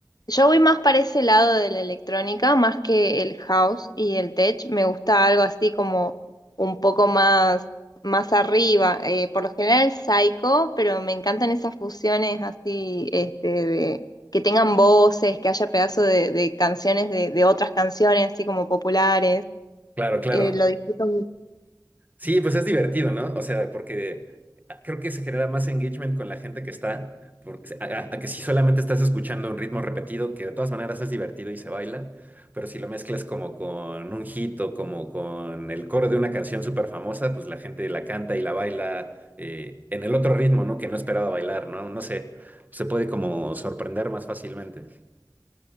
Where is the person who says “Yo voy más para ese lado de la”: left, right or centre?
Left